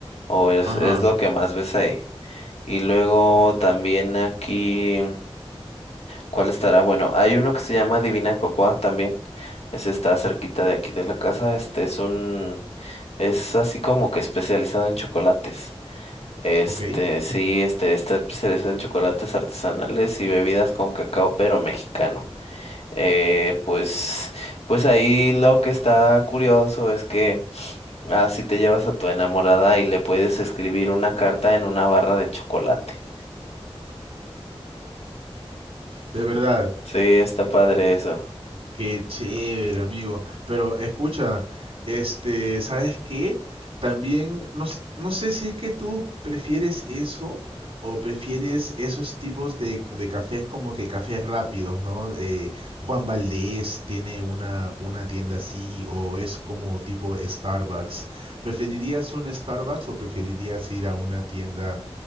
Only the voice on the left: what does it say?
O es,
es lo que más ves ahí. Y luego también aquí, ¿cuál estará? Bueno, hay uno que se llama Divina Cocoa también. Ese está cerquita de aquí de la casa. Este es un, es así como que especializado en chocolates. Este,
sí, este, está especializado en chocolates artesanales y bebidas con cacao, pero mexicano. Eh, pues, pues ahí lo que está curioso es que así te llevas a tu enamorada y le puedes escribir una carta en una barra de chocolate.
Sí, está padre eso.